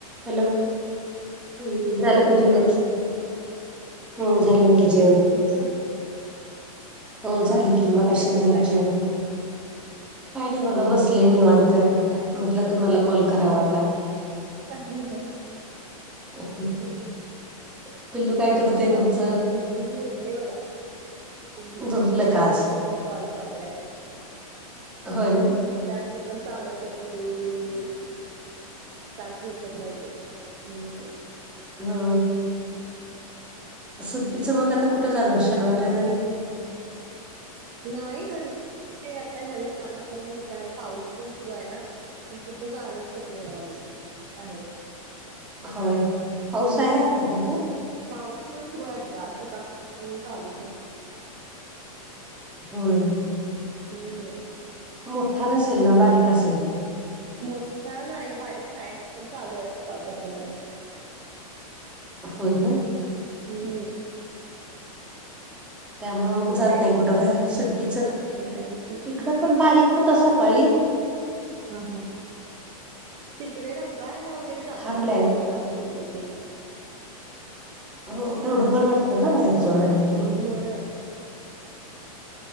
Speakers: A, in the centre; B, on the right.
A: हॅलो हम्म झाल
B: झालं
A: का जेवण.
B: काय
A: हो
B: होय
A: झालं
B: होय
A: की जेवण.
B: तुमचं
A: हो
B: हा
A: झालं
B: हा
A: कि मगाशी
B: काय करताय
A: झालं जेवन. काय नाही बघा
B: हम्म
A: बसले
B: हम्म
A: निवांत म्हटलं तुम्हाला कॉल करावा आता
B: ह ह ह.
A: <unintelligible> पिल्लू
B: बाकी
A: करतय
B: काय
A: तुमचं?
B: म्हणत पिल्लु झोपले बघा. पिल्लू झोपले
A: झोपलं
B: म्हणून
A: का आज?
B: तर कॉल चालू आहे.
A: होय ना.
B: त्यातलं पण चालू आहे त्याचं उळ उळ उळ शांत झोपत नाही तो हम्.
A: हा. सुट्टीचं मग आता कुठं जाणार शनिवार, रविवारी.
B: नाही घरी आता ह्या लहान असल्यामुळे कुठे आणि पाऊस पण सुरू आहे ना. म कुठं जानच होत नाही आमचं बाहेर
A: होय पाऊस
B: हम्म,
A: आहे आता तिथं.
B: पाऊस होय सुरू आहे बघा आज सकाळपासून चालूच आहे.
A: होय.
B: <unintelligible>
A: मोठा नसेल ना बारीक असेल.
B: मोठा नाही बारीक आहे पण चालू आहे सकाळपासूनच.
A: होय ना.
B: <unintelligible>
A: त्यामुळ मग
B: तिकडे
A: जात नाही कुठं बाहेर सुट्टीचं.
B: नाही
A: इकड पण बारीक होता सकाळी.
B: ह हा तिकडे रंकाळायला वगैरे जातोय
A: थांबलाय
B: आम्ही संध्याकाळ म्हनल की
A: हो तेवढं बरं वाटतं ना बाहेर जावुन् आल की.
B: होय.